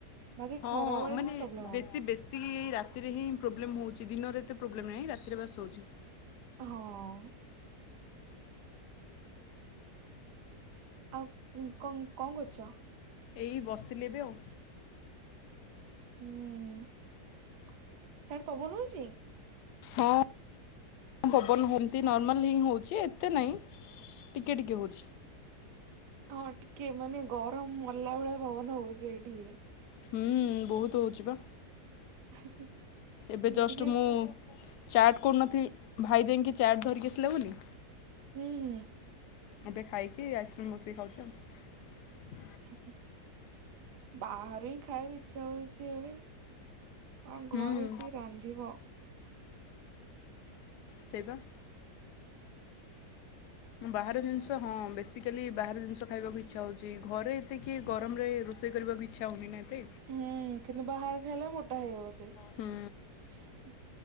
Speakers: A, on the right; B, on the left.
A: ବାକି
B: ହଁ
A: ଖରାବେଳେ
B: ମାନେ
A: କିଛି ପ୍ରୋବ୍ଲେମ୍ ହଉନି।
B: ବେଶୀ ବେଶୀ ରାତିରେ ହିଁ ପ୍ରୋବ୍ଲେମ୍ ହେଉଛି ଦିନରେ ଏତେ ପ୍ରୋବ୍ଲେମ୍ ନାହିଁ ରାତିରେ ବାସ ହଉଛି।
A: ହଁ। ଆଉ କନ୍ କଣ କରୁଛ?
B: ଏଇ ବସିଥିଲେ ଏବେ ଆଉ।
A: ହୁଁ ସାଡେ ପବନ ହଉଚି?
B: ହଁ ପବନ ହେମନ୍ତି ନର୍ମାଲ ହିଁ ହଉଛି ଏତେ ନାହିଁ ଟିକେ ଟିକେ ହଉଛି।
A: ହଁ ଟିକେ ମାନେ ଗରମ ମରିଲା ଭଳିଆ ପବନ ହଉଛି ଏଇଠି ବି।
B: ହୁଁ ବହୁତ ହଉଛି ପା।
A: <unintelligible>
B: ଏବେ
A: ଟିକେ
B: ଜଷ୍ଟ
A: ଟିକେ
B: ମୁଁ
A: ହୁଁ
B: ଚାଟ୍ କରୁନଥିଲି ଭାଇ ଯାଇକି ଚାଟ୍ ଧରିକି ଆସିଲା ବୋଲି
A: ହୁଁ ହୁଁ
B: ଏବେ ଖାଇକି ଆଇସ୍କ୍ରିମ୍ ବସିକି ଖାଉଛି ଆଉ।
A: ହଁ ବାହାରୁ ହିଁ ଖାଇବାକୁ ଇଚ୍ଛା ହଉଛି ଏବେ ଆଉ
B: ହୁଁ
A: ଘରେ କିଏ ରାନ୍ଧିବ।
B: ସେଇବା ବାହାର ଜିନିଷ ହଁ ବେସିକାଲି ବାହାର ଜିନିଷ ଖାଇବାକୁ ଇଚ୍ଛା ହଉଛି ଘରେ ଏତେ କିଏ ଗରମ ରେ ରୋଷେଇ କରିବାକୁ ଇଚ୍ଛା ହଉନି ନା ଏତେ
A: ହୁଁ କିନ୍ତୁ ବାହାର ଖାଇଲେ ମୋଟା ହେଇଯାଉଛି।
B: ହୁଁ